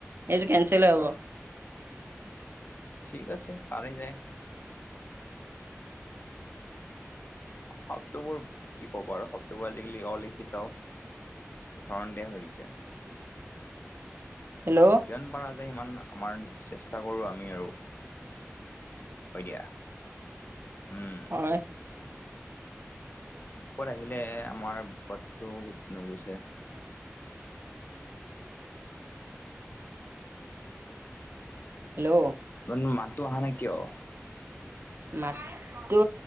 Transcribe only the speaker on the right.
এইটো কেনচেলে হ'ব।
হেল্লো'।
<unintelligible>
হেল্লো'।
মাততো